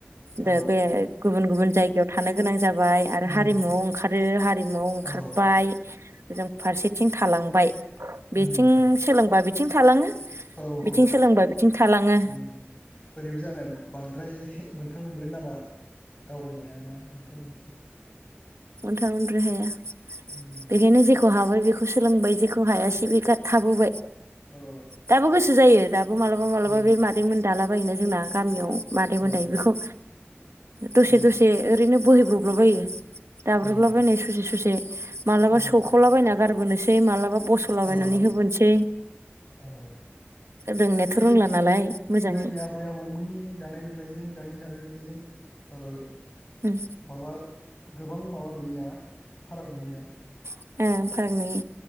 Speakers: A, on the right (about 80°); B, on the left (about 30°).
A: दो
B: औ
A: बे गुबुन गुबुन जायगायाव थानो गोनां जाबाय बाय आरो
B: उम
A: हारिमुआव ओंखारो हारिमुआव ओंखारबाय
B: औ
A: जों फारसेथिं थालांबाय बेथिं
B: उम
A: सोलोंबा बिथिं थालाङो
B: औ
A: बिथिं
B: औ उम
A: सोलोंबा बिथिं थालाङो
B: ओरैबो जानोबो बांद्राय मोनथाम मोनब्रै लामा दावबायनो हायाना ओंखायनो
A: अनथा मोननब्रै हाया
B: उम
A: बेखायनो जेखौ हाबाय बेखौ खौ सोलोंबाय जेखौ हायासै बे गार थाबोबाय
B: औ
A: दाबो गोसो जायो। दाबो मालाबा मालाबा
B: उम
A: बे मादैमोन दाला बायो जोंना गामियाव मादैमोन
B: औ
A: दानायखौ दसे
B: उम
A: दसे ओरैनो बोहैब्रब बायो। दाब्रबलाबायनाय
B: उम
A: सुसे सुसे माबलाबा
B: उम
A: सौखावलाबायना गारबोनोसै मालाबा माबा बस'लाबायनानै
B: औ
A: होबोनोसै
B: औ
A: रोंनायाथ'
B: गोदोनि
A: रोंला नालाय मोजाङै
B: गोदोनि आबै आबौमोननि दानाय लुनायजों दानि दानाय लुनायजों ओ
A: उम
B: माबा गोबां माबा नुयोना? फाराग नुयो ना?
A: ओ फाराग नुयो,